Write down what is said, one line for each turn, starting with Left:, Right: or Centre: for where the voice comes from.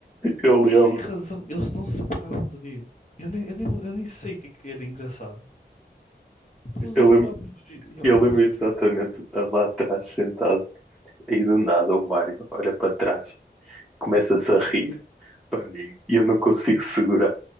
Centre: Eu lembro,
Left: Sem razão, eles não se paravam de rir. Eu nem, eu nem, eu nem sei o que, é que era engraçado, mas eles
Centre: eu
Left: não se
Centre: lembro
Left: paravam de rir. E, opá,
Centre: Eu lembro
Left: e foi,
Centre: exatamente de estar lá atrás sentado, aí do nada o Mário olha para trás, começa-se a rir para mim e eu não consigo segurar.